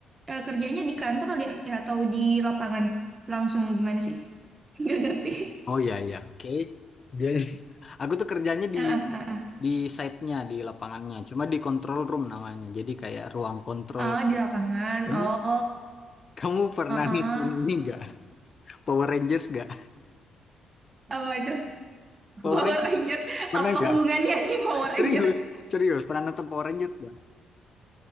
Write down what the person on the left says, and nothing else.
Oh iya iya. Oke. Dia Aku tuh kerjanya
di
di site-nya, di lapangannya. Cuma di control room namanya. Jadi kayak ruang kontrol.
Kamu
kamu pernah
nonton ini nggak? Power Rangers nggak?
Power
Rangers
pernah
nggak?
Serius, serius. Pernah nonton Power Rangers nggak?